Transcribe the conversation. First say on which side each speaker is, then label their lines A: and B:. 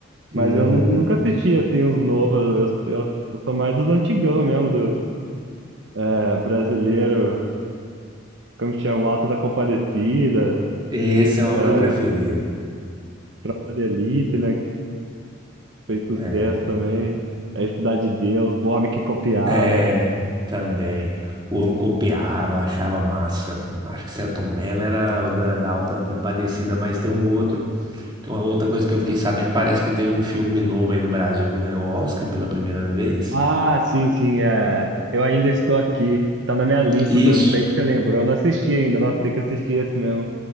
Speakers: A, on the right; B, on the right.
A: mas
B: Hum,
A: eu nu- nunca assisti assim os novos. Eu, eu, eu sou mais dos antigão mesmo, do é, brasileiro, como que chama? O Alto da Compadecida,
B: Esse é o
A: é,
B: meu preferido.
A: Tropa de Elite, né? Que fez sucesso
B: né?
A: também. É Cidade de Deus, o homem que copiava.
B: É, também. O homem copiava, achava massa. Selton- Acho que Selton Mello era o da, da Alta da Compadecida, mas tem um outro. que é Uma outra coisa que eu fiquei sabendo, parece que teve um filme novo aí do Brasil que ganhou Oscar pela primeira vez.
A: Ah, sim, sim. É... Eu ainda estou aqui. Tá na minha lista,
B: Isso.
A: tá bem que você lembrou. Eu não assisti ainda. Nossa, tem que assistir esse mesmo.